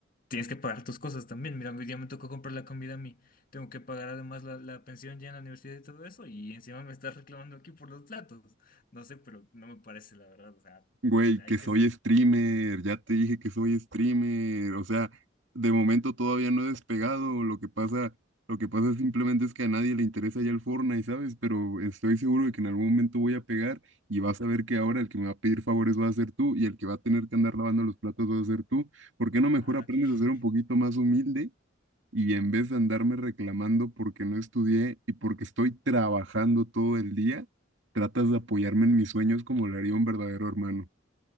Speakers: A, on the left (about 45°); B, on the right (about 70°).
A: Tienes que pagar tus cosas también. Mira, hoy día me tocó comprar la comida a mí. Tengo que pagar además la, la pensión ya en la universidad y todo eso, y encima me estás reclamando aquí por los platos. No sé, pero no me parece la verdad. O sea,
B: Güey, que
A: hay que
B: soy
A: ser...
B: streamer, ya te dije que soy streamer, o sea, de momento todavía no he despegado, lo que pasa, lo que pasa simplemente es que a nadie le interesa ya el Fortnite, ¿sabes? Pero estoy seguro de que en algún momento voy a pegar y vas a ver que ahora el que me va a pedir favores va a ser tú y el que va a tener que andar lavando los platos va a ser tú. ¿Por qué no mejor
A: Ah,
B: aprendes
A: ok. <laughs>
B: a ser un poquito más humilde y en vez de andarme reclamando porque no estudié y porque estoy trabajando todo el día, tratas de apoyarme en mis sueños como lo haría un verdadero hermano?